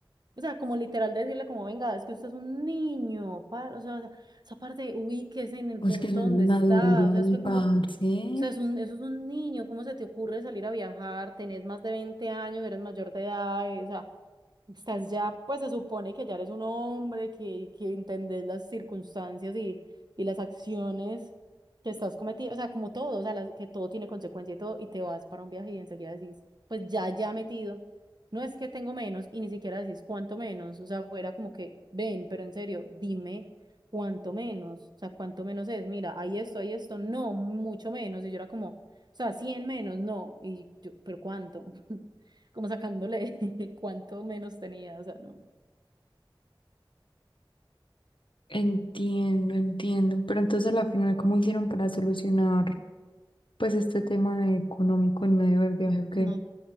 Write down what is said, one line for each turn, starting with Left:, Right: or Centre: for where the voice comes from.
Right: O sea, como literal decirle como, venga, es que usted es un niño, pa- o sea, esa parte ubíquese en el
Left: O
Right: punto
Left: es que soy
Right: donde
Left: muy maduro
Right: está, o sea,
Left: ahí,
Right: es que
Left: parce.
Right: como, o sea, es un, eso es un niño, ¿cómo se te ocurre salir a viajar? Tenés más de 20 años, eres mayor de edad, eh, o sea, Estás ya, pues se supone que ya eres un hombre, que, que entendés las circunstancias y, y las acciones que estás cometiendo, o sea, como todo, o sea, las- que todo tiene consecuencia y todo, y te vas para un viaje y enseguida decís, pues ya, ya metido, no es que tengo menos y ni siquiera decís cuánto menos, o sea, fuera como que, ven, pero en serio, dime cuánto menos, o sea, cuánto menos es, mira, hay esto, hay esto, no, mucho menos, y yo era como, o sea, 100 menos, no, y yo, pero cuánto como sacándole <laughs> cuánto menos tenía, o sea, no,
Left: Entiendo, entiendo. Pero entonces, a la final, ¿cómo hicieron para solucionar, pues, este tema económico en medio del viaje? ¿o qué?
Right: no, No,